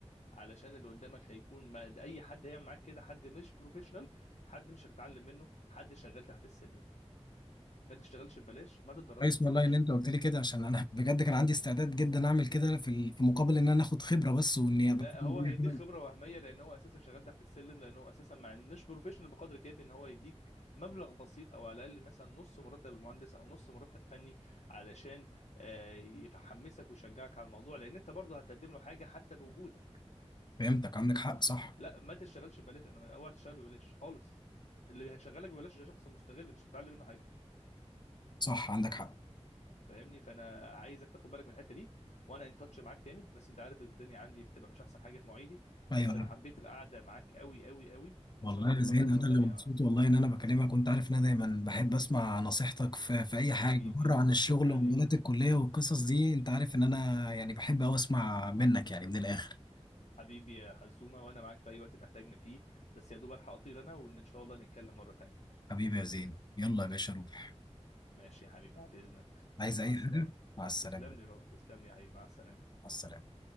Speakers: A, on the left; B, on the left.
A: علشان اللي قدامك هيكون ما اي حد هيعمل معاك كده حد مش بروفيشنال حد مش هتتعلم منه حد شغال تحت السلم ما تشتغلش ببلاش ما تتدربش
B: كويس
A: ببلاش
B: والله ان انت قلت لي كده عشان انا بجد كان عندي استعداد جدا اعمل كده في ال- في مقابل ان انا اخد خبره بس واني
A: لا
B: ابقى فاهم
A: هو
B: الدنيا
A: هيديك
B: كده.
A: خبره وهميه لان هو اساسا شغال تحت السلم لان هو اساسا مع إن مش بروفيشنال بقدر كافي ان هو يديك مبلغ بسيط او على الاقل مثلا نص مرتب المهندس او نص مرتب فني علشان آه، يحمسك ويشجعك على الموضوع لان انت برضه هتقدم له حاجه حتى بوجودك
B: فهمتك عندك حق صح
A: لا ما تشتغلش ببلاش انا اوعى تشتغل ببلاش خالص اللي هيشغلك ببلاش ده شخص مستغل مش هتتعلم منه حاجه
B: صح عندك حق
A: فاهمني فانا عايزك تاخد بالك من الحته دي وانا ان تاتش معاك تاني بس انت عارف الدنيا عندي بتبقى مش احسن حاجه في مواعيدي
B: ايوه
A: بس انا حبيت القعده معاك قوي قوي قوي
B: والله
A: وان شاء الله تتكرر
B: يا زين
A: مره
B: انا
A: تانية
B: اللي مبسوط والله ان انا بكلمك وانت عارف ان انا دايما بحب اسمع نصيحتك في, في اي حاجه
A: حبيبي
B: بره عن الشغل
A: حبيبي
B: ومجالات الكليه والقصص دي انت عارف ان انا يعني بحب اوي اسمع منك يعني من الاخر
A: حبيبي يا حزومه وانا معاك في اي وقت تحتاجني فيه بس يا دوب الحق اطير انا وان شاء الله نتكلم مره تانية
B: حبيبي يا زين يلا يا باشا روح
A: ماشي يا حبيبي بعد اذنك
B: عايز
A: مع
B: اي
A: السلامه
B: حاجه مع السلامه
A: تسلم
B: مع
A: لي رو. تسلم لي يا حبيبي مع السلامه
B: السلامه